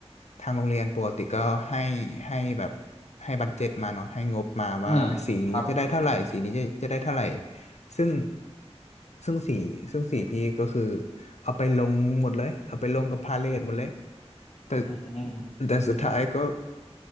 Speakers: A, on the left; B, on the left.
A: ทางโรงเรียนปกติก็ให้ให้แบบให้บัดเจ็ตมาเนาะให้งบมาว่าสีนี้จะได้เท่าไหร่สีนี้จะจะได้เท่าไหร่
B: อืมครับ
A: ซึ่งซึ่งสีซึ่งสีพี่ก็คือเอาไปลงหมดเลยเอาไปลงกับพาเลทหมดเลยแต่
B: อืม
A: แต่สุดท้ายก็